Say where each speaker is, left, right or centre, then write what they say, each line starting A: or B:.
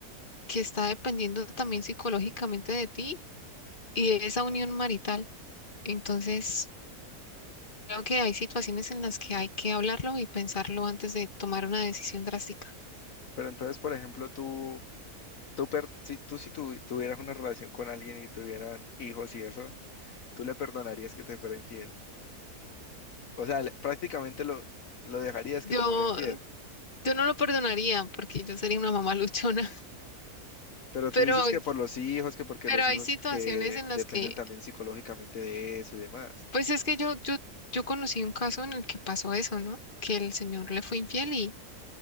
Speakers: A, on the left (about 35°); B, on the left (about 60°).
A: que está dependiendo también psicológicamente de ti y de esa unión marital. Entonces... Creo que hay situaciones en las que hay que hablarlo y pensarlo antes de tomar una decisión drástica.
B: pero entonces, por ejemplo, tú, tú, per- si, tú si tu- tuvieras una relación con alguien y tuvieran hijos y eso, ¿tú le perdonarías que te fuera infiel? O sea, le- prácticamente lo, lo dejarías
A: Yo,
B: que te fuera infiel.
A: yo no lo perdonaría porque yo sería una mamá luchona,
B: Pero
A: <laughs> pero,
B: tú dices que por los hijos, que porque
A: pero
B: los
A: hay
B: hijos
A: situaciones
B: que
A: en las
B: dependen
A: que,
B: también psicológicamente de eso y demás.
A: pues es que yo, yo, yo conocí un caso en el que pasó eso, ¿no? Que el señor le fue infiel y,